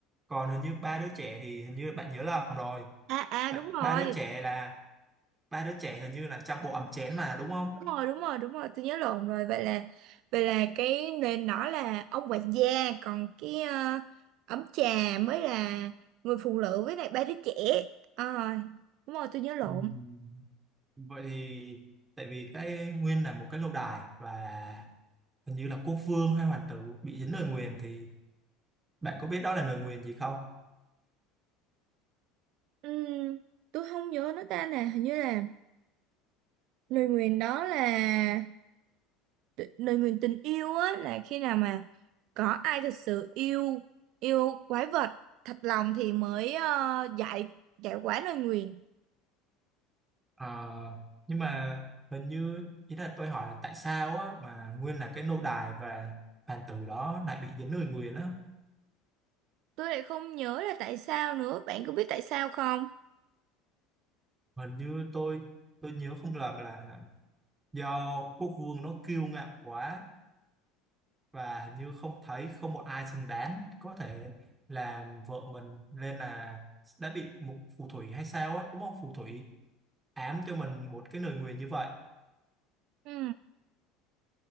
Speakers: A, on the right; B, on the right.
A: còn hình như ba đứa trẻ thì hình như bạn nhớ lầm rồi
B: À à
A: tại
B: đúng rồi,
A: ba đứa trẻ là ba đứa trẻ hình như là trong bộ ấm chén mà đúng không
B: đúng rồi đúng rồi đúng rồi tôi nhớ lộn rồi vậy là vậy là cái nền đó là ông quản gia còn cái ờ, ấm trà mới là người phụ nữ với lại ba đứa trẻ Ờ, đúng rồi tôi nhớ lộn
A: Ừm, vậy thì tại vì cái nguyên là một cái lâu đài và hình như là quốc vương hay hoàng tử bị dính lời nguyền thì bạn có biết đó là lời nguyền gì không
B: Ừm, tôi không nhớ nó ta nè hình như là lời nguyền đó là t- lời nguyền tình yêu á là khi nào mà có ai thật sự yêu yêu quái vật thật lòng thì mới ờ, giải giải quả lời nguyền
A: Ờ, nhưng mà hình như ý là tôi hỏi là tại sao á mà nguyên là cái nô đài và bàn tử đó lại bị dính lời nguyền á
B: tôi lại không nhớ là tại sao nữa bạn có biết tại sao không
A: hình như tôi tôi nhớ không lầm là do quốc vương nó kiêu ngạo quá và hình như không thấy không một ai xứng đáng có thể làm vợ mình nên là đã bị một phù thủy hay sao á đúng không phù thủy ám cho mình một cái lời nguyền như vậy
B: Ừ,